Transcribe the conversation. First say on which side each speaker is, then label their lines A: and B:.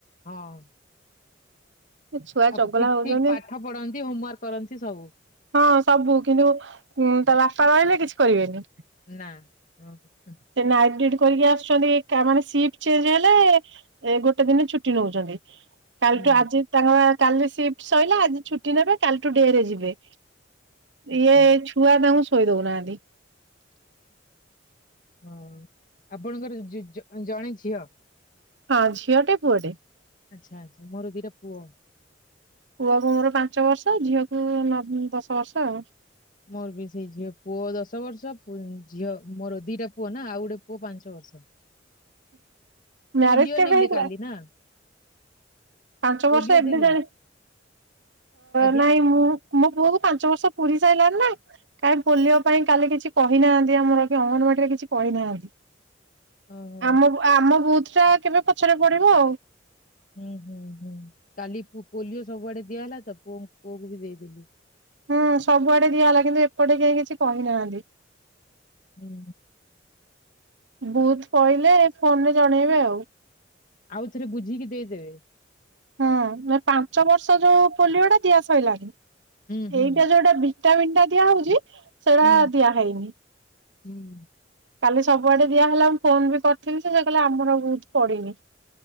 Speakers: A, on the left; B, on the right.
A: ହଁ
B: ଛୁଆ
A: ଆପଣ
B: ଚଗଲା
A: ଠିକ
B: ହଉଛନ୍ତି
A: ଠିକ ପାଠ ପଢନ୍ତି ହୋମୱାର୍କ କରନ୍ତି ସବୁ
B: ହଁ ସବୁ କିନ୍ତୁ ତା ବାପା ରହିଲେ କିଛି କରିବେନି
A: ନା ହଁ।
B: ସେ ନାଇଟ ଡିଉଟି କରିକି ଆସୁଛନ୍ତି କାମରେ ସିପ୍ ଚେଞ୍ଜ ହେଲେ ଏ ଗୋଟେ ଦିନ ଛୁଟି ନଉଛନ୍ତି। କାଲି
A: ହୁଁ
B: ଠୁ ଆଜି ତାଙ୍କ କାଲି ସିଫ୍ଟ ସରିଲା ଆଜି ଛୁଟି ନେବେ କାଲିଠୁ ଡେ ରେ ଯିବେ।
A: ଆଚ୍ଛା
B: ଇଏ ଛୁଆ ତାଙ୍କୁ ଶୋଇ ଦଉନାହାନ୍ତି।
A: ହଁ ଆପଣଙ୍କର ଜଣେ ଝିଅ?
B: ହଁ ଝିଅ ଟେ ପୁଅଟେ।
A: ଆଛା ଆଛା ମୋର ଦି'ଟା ପୁଅ।
B: ପୁଅକୁୁ ମୋର ପାଞ୍ଚ ବର୍ଷ ଝିଅକୁ ଦଶ ବର୍ଷ ଆଉ।
A: ମୋର ବି ସେଇ ଝିଅ ପୁଅ ଦଶ ବର୍ଷ ଝିଅ ମୋର ଦିଟା ପୁଅ ନା ଆଉ ଗୋଟେ ପୁଅ ପାଞ୍ଚ ବର୍ଷ।
B: ମ୍ୟାରେଜ
A: ପୋଲିଓ
B: କେବେ
A: ନେଲେ
B: ହେଇଥିଲା
A: କାଲି ନା।
B: ପାଞ୍ଚ
A: ପୋଲିଓ
B: ବର୍ଷ ଏବେ
A: ଦେଲେ
B: ଜାଏଁ
A: ଆଜ୍ଞା
B: ନାଇଁ ମୁଁ ମୋ ପୁଅ କୁ ପାଞ୍ଚ ବର୍ଷ ପୁରୀ ସାରିଲଣିି ନା। କାହିଁ ପୋଲିଓ ପାଇଁ କାଲି କିଛି କହିନାହାନ୍ତି ଆମର କି ଅଙ୍ଗନବାଡ଼ିରେ କିଛି କହିନାହାନ୍ତି।
A: ଓହୋ
B: ଆମ ଆମ ବୁଥ ଟା କେବେ ପଛରେ ପଡିବ ଆଉ।
A: ହୁଁ ହୁଁ ହୁଁ କାଲି ପୋଲିଓ ସବୁଆଡେ ଦିଆହେଲା ତ ପୁଅ ପୁଅକୁ ବି ଦେଇଦେଲି।
B: ହୁଁ ସବୁଆଡେ ଦିଆହଲା କିନ୍ତୁ ଏପଟେ କେହି କିଛି କହିନାହାନ୍ତି।
A: ହୁଁ।
B: ବୁଥ ପଇଲେ ଫୋନ ରେ ଜଣେଇବେ ଆଉ।
A: ଆଉ ଥରେ ବୁଝିକି ଦେଇଦେବେ।
B: ହୁଁ ନାଇଁ ପାଞ୍ଚ ବର୍ଷ ଯୋଉ ପୋଲିଓ ଟା ଦିଆ ସରିଲାଣି
A: ହୁଁ ହୁଁ
B: ଏଇଟା ଯୋଉଁଟା ଭିଟାମିନ୍ ଟା ଦିଆ ହଉଛି ସେଟା
A: ହୁଁ
B: ଦିଆହଇନି
A: ହୁଁ
B: କାଲି ସବୁଆଡେ ଦିଆହେଲା ମୁଁ ଫୋନ ବି କରିଥିଲି ସେ ସେ କହିଲେ ଆମର ବୁଥ୍ ପଡିିନି।